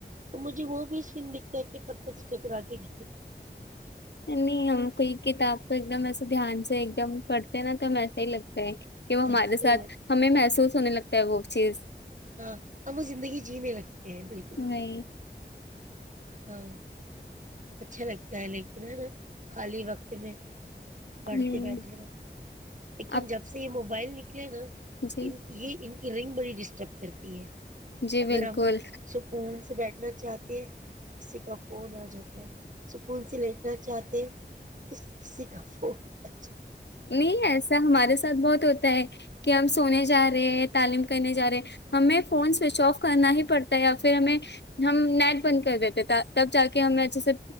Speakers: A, on the right; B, on the left.
A: تو مجھے وہ بھی چین دکھتا ہے کہ پتھر سے ٹکرا کے گر
B: نہیں ہم کوئی کتاب تو ایک دم ایسے دھیان سے ایک دم پڑتے ہیں نا تو ایسا ہی لگتا ہے کہ وہ ہمارے
A: ایسے
B: ساتھ
A: ہی لگ
B: ہمیں محسوس ہونے لگتا کیا بک چ <unintelligible>
A: ہاں ہم وہ زندگی جینے لگتے <unintelligible> ا بالکل
B: وہی
A: ہاں اچھا لگتا ہے لیکن ہے نا خالی وقت میں پڑھتے
B: ہوں
A: بیٹھے رہوں لیکن
B: آپ
A: جب سے یہ موبائل نکلے نا
B: جی
A: ان یہ ان کہ رنگ بڑی ڈسٹرب کرتی ہے
B: جی بالکل
A: گرم سکون سے بیٹھنا چاہتی ہیں کسی کا فون آ جاتا سکون سے لیٹنا چاہتے تو کسی کا فولچاہ
B: نہیں ایسا ہمارے ساتھ بہت ہوتا ہے کہ ہم سونے جا رہے ہیں تعلیم کرنے جا رہے ہمیں فون سوئچ آف کرنا ہی پڑتا ہے یا پھر ہمیں ہم نیٹ بند کر دیتے تب جا کے ہمیں اچھے سے